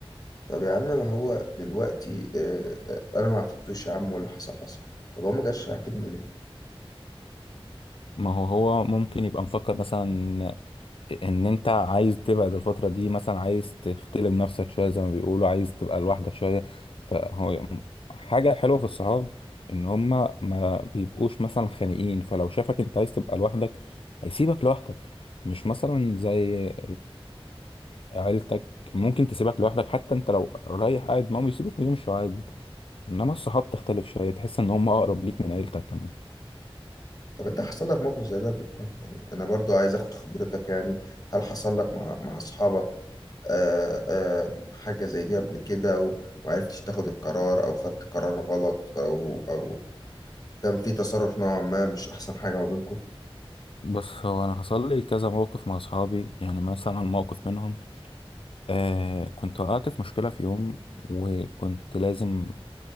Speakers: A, on the left (about 40°); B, on the left (about 65°).
A: طب يا عم ما هو دلوقتي آه، آه، انا ما عاتبتوش يا عم واللي حصل حصل طب هو ما جاش يعاتبني ليه
B: ما هو هو ممكن يبقى مفكر مثلا ان انت عايز تبعد الفتره دي مثلا عايز تختلم نفسك شويه زي ما بيقولوا عايز تبقى لوحدك شويه فهو حاجه حلوه في الصحاب ان هما ما بيبقوش مثلا خانقين فلو شافك انت عايز تبقى لوحدك هيسيبك لوحدك مش مثلا زي عيلتك ممكن تسيبك لوحدك حتى انت لو رايح قاعد معاهم يسيبوك ويمشوا عادي انما الصحاب تختلف شويه تحس ان هم اقرب ليك من عيلتك كمان
A: طب انت حصل لك موقف زي ده قبل كده يعني انا برضو عايز اخد خبرتك يعني هل حصل لك مع مع اصحابك آه، آه، حاجة زي دي قبل كده و- ومعرفتش تاخد القرار او خدت قرار غلط او او كان في تصرف نوعا ما مش احسن حاجة ما بينكم
B: بس هو انا حصل لي كذا موقف مع اصحابي يعني مثلا موقف منهم آه كنت وقعت في مشكله في يوم وكنت لازم